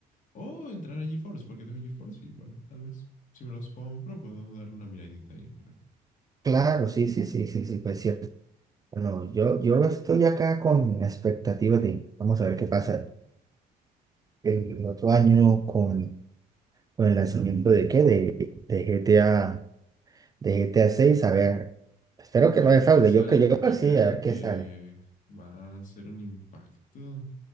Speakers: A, on the left (about 50°); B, on the right (about 20°).
A: O entrar a GeForce, porque tengo GeForce y bueno, tal vez si me los compro puedo darle una miradita ahí, pero
B: Claro, sí, sí, sí, sí, sí, pues cierto. Bueno, yo, yo estoy acá con la expectativa de, vamos a ver qué pasa el otro año con, con el lanzamiento de qué, de, de GTA, de GTA 6, a seis, a ver, espero que
A: a
B: no
A: ver
B: defraude,
A: qué sale,
B: yo que yo
A: porque
B: creo que
A: creo
B: sí, a ver qué
A: que
B: sale.
A: va a ser un impacto.